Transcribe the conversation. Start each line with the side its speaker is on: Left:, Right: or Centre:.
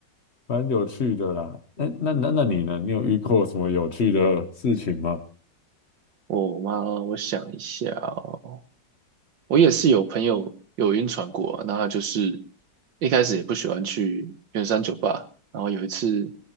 Left: 蛮有趣的啦。那那那那你呢？你有遇过什么有趣的事情吗？
Right: 我妈，我想一下哦。我也是有朋友有晕船过啊，那他就是一开始也不喜欢去圆山酒吧，然后有一次